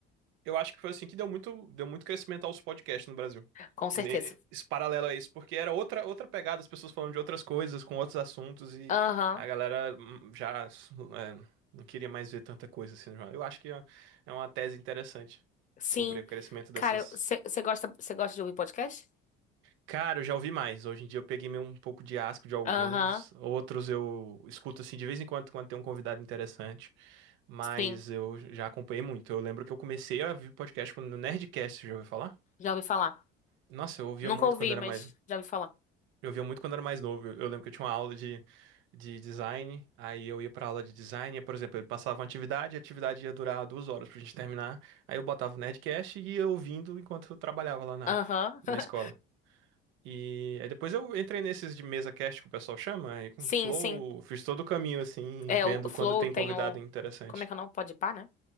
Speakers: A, on the right (about 70°); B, on the left (about 35°).
A: Eu acho que foi assim que deu muito, deu muito crescimento aos podcasts no Brasil.
B: com certeza.
A: Ne- Esse paralelo a isso, porque era outra, outra pegada, as pessoas falando de outras coisas, com outros assuntos, e
B: Aham.
A: a galera hum, já é, não queria mais ver tanta coisa assim. já. Eu acho que é é uma tese interessante
B: Sim.
A: sobre o crescimento dessas.
B: Cara, você gosta você gosta de ouvir podcast?
A: Cara, eu já ouvi mais. Hoje em dia eu peguei meio um pouco de asco de alguns,
B: Aham.
A: outros eu escuto assim de vez em quando quando tem um convidado interessante, mas
B: Sim,
A: eu já acompanhei muito. Eu lembro que eu comecei a ouvir podcast quando no Nerdcast, já ouviu falar?
B: já ouvi falar.
A: Nossa, eu ouvia
B: Nunca
A: muito
B: ouvi,
A: quando era
B: mas
A: mais.
B: já ouvi falar.
A: Eu ouvia muito quando era mais novo. Eu, eu lembro que eu tinha uma aula de, de design, aí eu ia pra aula de design, e, por exemplo, ele passava uma atividade, e a atividade ia durar duas horas pra gente terminar. Aí eu botava o Nerdcast e ia ouvindo enquanto eu trabalhava lá na,
B: Aham.
A: na
B: <laughs>
A: escola. E aí depois eu entrei nesses de mesa cast que o pessoal chama, aí com
B: Sim,
A: Flow,
B: sim.
A: fiz todo o caminho assim,
B: É
A: vendo
B: o Flow
A: quando tem
B: tem
A: convidado
B: o
A: interessante.
B: como é que é o nome? Podpah, né?